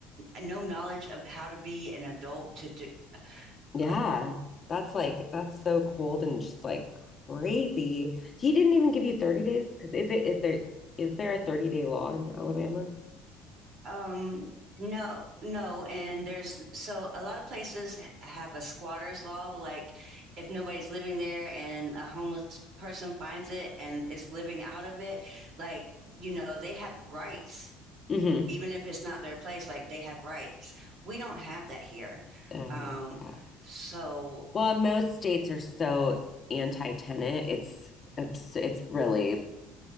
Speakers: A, on the right; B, on the left.
A: no knowledge of how to be an adult to do.
B: Yeah,
A: <laughs>
B: that's like that's so cold and just like crazy. He didn't even give you 30 days because is it is there is there a 30 day law in Alabama?
A: Um, no, no, and there's so a lot of places have a squatter's law, like if nobody's living there and a homeless person finds it and is living out of it, like, you know, they have rights,
B: hmm
A: even if it's not their place, like they have rights. We don't have that here.
B: Oh
A: Um,
B: yeah.
A: so
B: Well, most states are so anti-tenant. It's abs- it's really